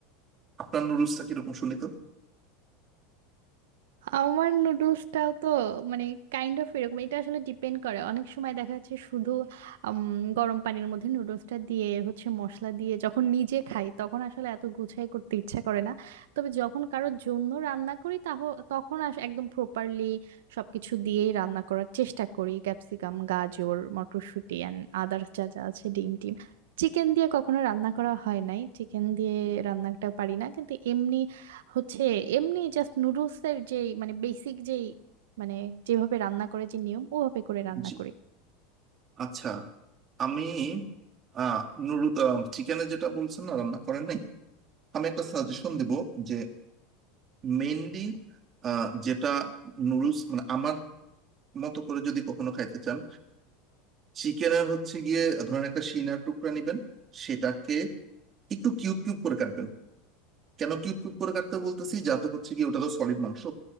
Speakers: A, on the right (about 30°); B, on the right (about 85°).
A: আপনার নুডলসটা কিরকম শুনি তো
B: আমার নুডলসটাও তো মানে কাইন্ড অফ এরকম এটা আসলে ডিপেন্ড করে অনেক সময় দেখা যাচ্ছে শুধু উম, গরম পানির মধ্যে নুডলসটা দিয়ে হচ্ছে মশলা দিয়ে যখন নিজে খাই তখন আসলে এত গুছাই করতে ইচ্ছা করে না তবে যখন কারোর জন্য রান্না করি তাহ তখন আস- একদম প্রপারলি সবকিছু দিয়েই রান্না করার চেষ্টা করি ক্যাপসিকাম গাজর মটরশুঁটি অ্যান্ড আদার্স যা যা আছে ডিম টিম চিকেন দিয়ে কখনো রান্না করা হয় নাই চিকেন দিয়ে রান্নাটা পারি না কিন্তু এমনি হচ্ছে এমনি জাস্ট নুডলস এর যে মানে বেসিক যেই মানে যেভাবে রান্না করে যে নিয়ম ওভাবে করে রান্না
A: জি।
B: করি
A: আচ্ছা আমি আহ নুডল চিকেনে যেটা বলছেন না রান্না করেন নাই আমি একটা সাজেশন দিব যে মেইনলি যেটা নুডলস মানে আমার মতো করে যদি কখনো খাইতে চান চিকেনের হচ্ছে গিয়ে ধরেন একটা সিনার টুকরা নিবেন সেটাকে একটু কিউব কিউব করে কাটবেন কেন কিউব কিউব করে কাটতে বলতেছি যাতে হচ্ছে গিয়ে ওটা তো সলিড মাংস